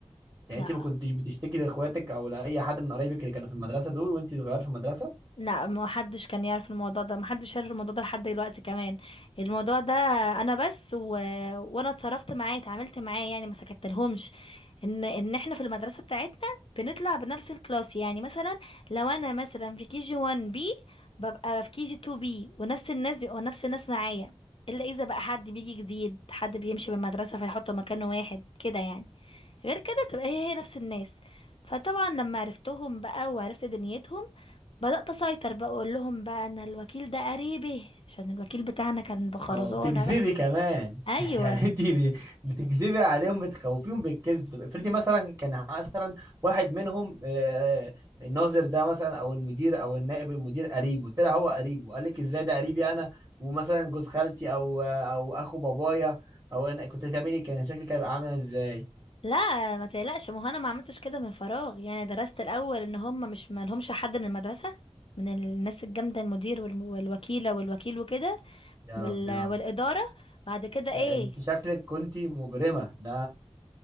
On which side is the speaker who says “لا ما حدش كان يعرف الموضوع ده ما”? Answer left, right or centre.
Left